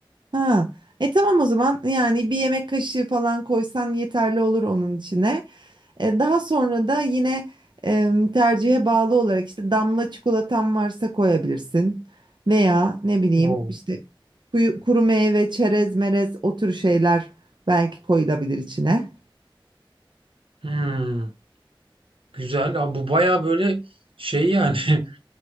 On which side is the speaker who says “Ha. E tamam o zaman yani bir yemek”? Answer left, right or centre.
Right